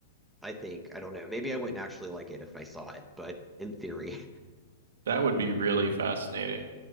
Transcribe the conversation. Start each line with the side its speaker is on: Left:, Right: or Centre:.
Centre: I think, I don't know. Maybe I wouldn't actually like it if I saw it, but in theory, <laughs>
Right: That would be really fascinating.